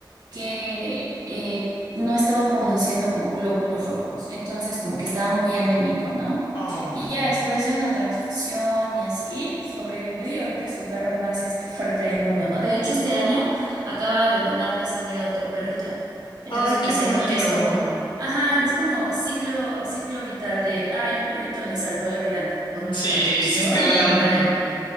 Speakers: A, on the right (about 60°); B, on the left (about 70°).
A: que eh, no estaba produciendo como glóbulos rojos, entonces como que estaba muy anémico, ¿no?
B: Ay,
A: Y ya después de una transfusión y así, sobrevivió y ahorita es el perro más este, fuerte del mundo, ¿no? De hecho, este año acaba de donarle sangre a otro perrito. Entonces,
B: ay, qué
A: pues
B: bonito.
A: siento que es como, ajá, que es como ciclo, ciclo vital de, ay, un perrito le salvó la vida co- con una
B: Sí,
A: transfusión
B: hiciste un,
A: y ahora él